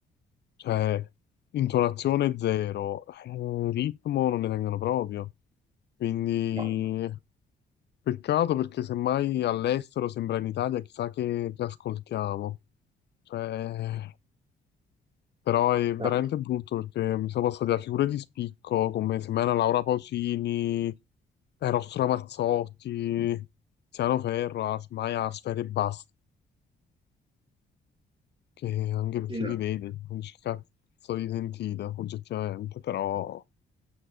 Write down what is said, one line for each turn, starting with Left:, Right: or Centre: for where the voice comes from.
Left: Cioè, intonazione zero, eh, ritmo non ne tengono proprio. Quindi,
Right: ma-
Left: peccato perché semmai all'estero sembra in Italia, chissà che, che ascoltiamo. Cioè, però è veramente
Right: eh,
Left: brutto perché mi sono passati da figure di spicco come semmai una Laura Pausini, Eros Ramazzotti, Tiziano Ferro, a, semmai a Sfera e basta che anche perché
Right: sì, no,
Left: li vedi, non dici cazzo di sentita, oggettivamente, però